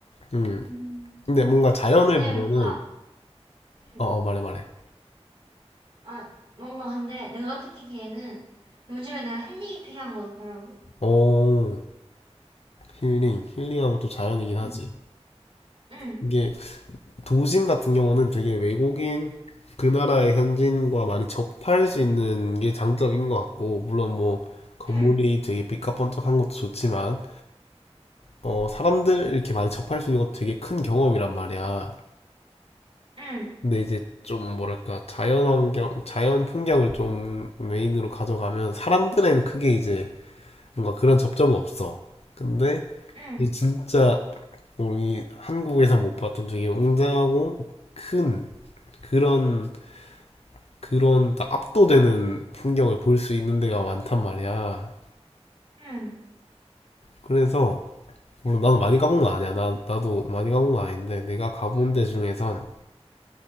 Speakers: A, on the left; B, on the right.
A: 음.
B: 음,
A: 근데 뭔가 자연을
B: 근데
A: 보면은
B: 뭔가, 응,
A: 어, 어 말해 말해.
B: 아, 뭔가 근데 내가 느끼기에는 요즘에 내가 힐링이 필요한 것 같더라고.
A: 오, 힐링. 힐링하면 또 자연이긴
B: 응,
A: 하지.
B: 응,
A: 이게 도심 같은 경우는 되게 외국인 그 나라의 현지인과 많이 접할 수 있는 게 장점인 것 같고 물론 뭐 건물이
B: 응,
A: 되게 삐까뻔쩍한 것도 좋지만 어, 사람들 이렇게 많이 접할 수 있는 것도 되게 큰 경험이란 말이야.
B: 응,
A: 근데 이제 좀 뭐랄까 자연 환경, 자연 풍경을 좀 메인으로 가져가면 사람들에는 크게 이제 뭔가 그런 접점은 없어. 근데
B: 응,
A: 이게 진짜 우리 한국에서 못 봤던 되게 웅장하고 큰 그런 그런 딱 압도되는 풍경을 볼 수 있는 데가 많단 말이야.
B: 응.
A: 그래서 물론 나도 많이 가본 건 아니야. 나 나도 많이 가본 건 아닌데 내가 가본 데 중에선